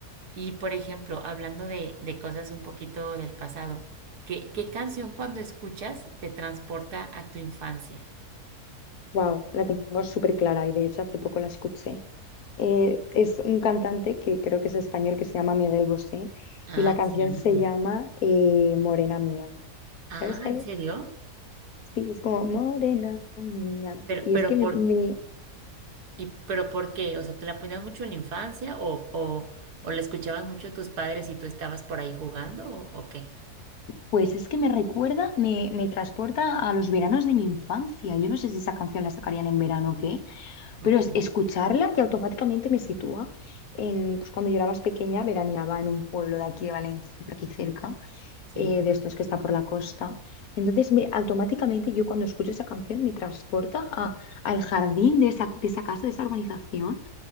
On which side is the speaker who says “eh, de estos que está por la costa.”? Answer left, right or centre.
Left